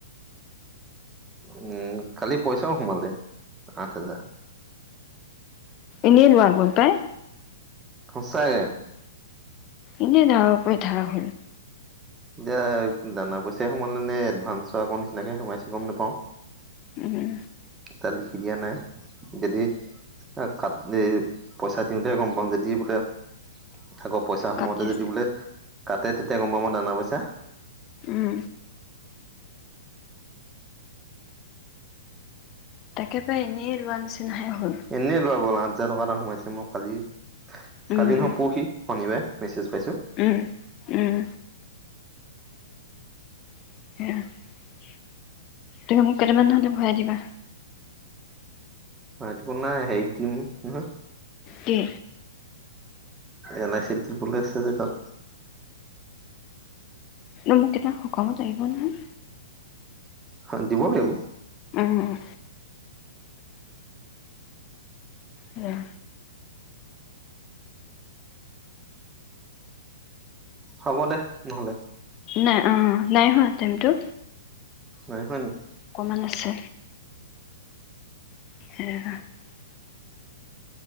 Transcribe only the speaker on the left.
এনেই লোৱা গ'ল পাই।
এনে ধাৰৰ উপৰি ধাৰ হ'ল।
উম
কাটিছে
উম তাকে পাই এনেই ৰোৱা নিচিনাহে হ'ল।
উম
উম উম <unintelligible> তুমি মোক কেইটামান নহলে ভৰাই দিবা
কি
মোক কেটামান সকামত লাগিব নহয়
উম উম
নাই অ নাইহোৱা টাইমটো
অকমান আছে। <unintelligible>